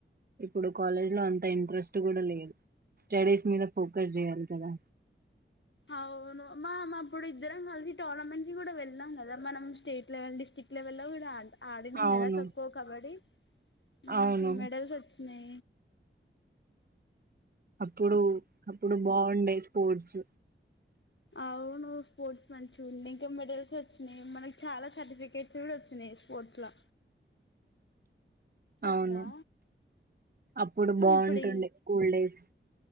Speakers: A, on the right; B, on the left.
A: ఇప్పుడు కాలేజ్ లో అంత ఇంట్రెస్ట్ కూడా లేదు స్టడీస్ మీద ఫోకస్ చేయాలి కదా
B: అవును మ అప్పుడు ఇద్దరం కలిసి టోర్నమెంట్ కి కూడా వెళ్ళాం కదా మనం స్టేట్ లెవెల్ డిస్ట్రిక్ట్ లెవెల్ లో కూడా ఆంటాం అడినం
A: అవును
B: కదా ఖో ఖో కబడ్డీ మనకి
A: అవును
B: మెడల్స్ వాచ్ నే
A: అప్పుడు అప్పుడు బావుండే స్పోర్ట్స్
B: అవును స్పోర్ట్స్ మంచి ఉంది ఇంకా మెడల్స్ వచ్చినాయి మనకి చాలా సర్టిఫికేట్స్ కూడా వచ్చినాయి స్పోర్ట్స్ లో కదా
A: అవును అప్పుడు బాగుంటుండే
B: ఇప్పుడి
A: స్కూల్ డేస్